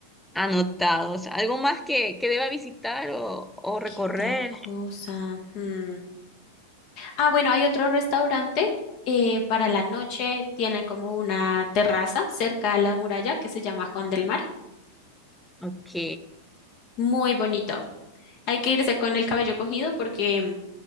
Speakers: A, in the centre; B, on the left.
A: anotados. ¿Algo más que, que deba visitar o, o recorrer?
B: ¿Qué otra cosa? Mm. Ah, bueno, hay otro restaurante eh, para la noche. Tiene como una terraza cerca a la muralla que se llama Juan del Mar.
A: Ok.
B: Muy bonito. Hay que irse con el cabello cogido porque mm,